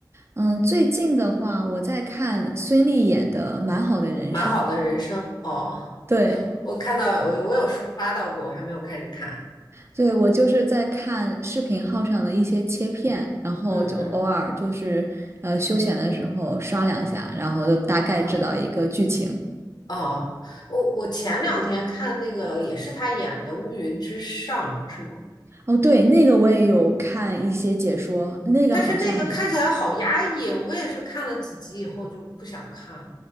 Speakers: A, on the right; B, on the left.
A: 嗯，最近的话，我在看孙俪演的《蛮好的人生》。
B: 蛮好的人生哦，
A: 对，
B: 我看到我我有刷到过，我还没有开始看。
A: 对，我就是在看视频号上的一些切片，然后就偶尔就是呃休闲的时候刷两下，
B: 嗯嗯
A: 然后就大概知道一个剧情。
B: 啊哦，我我前两天看那个也是他演的《乌云之上》，是吗？
A: 哦，对，那个我也有看一些解说，那个好像也还，
B: 但是那个看起来好压抑，我也是看了几集以后就不想看了。